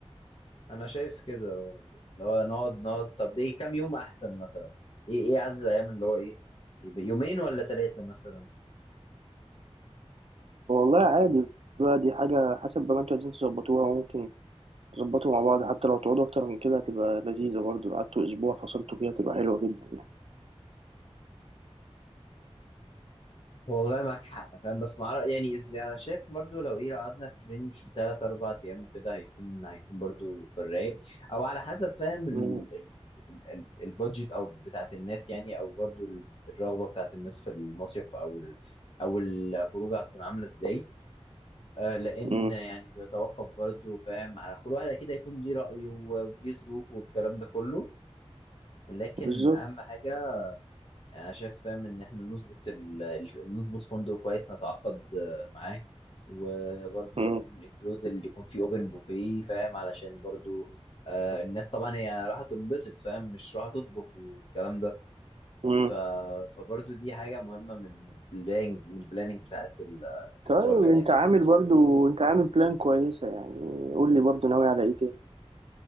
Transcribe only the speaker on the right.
والله عادي بقى دي حاجه حسب بقى ما انتوا عايزين تظبطوها ممكن تظبطوا مع بعض حتى لو تقعدوا اكتر من كده هتبقى لذيذه برضه لو قعدتوا اسبوع فصلتوا فيها تبقى حلوه جدا يعني
مم.
مم.
بالظبط
مم.
مم.
طيب انت
عامل برضو انت عامل بلان كويسة يعني قول لي برضو ناوي على ايه تاني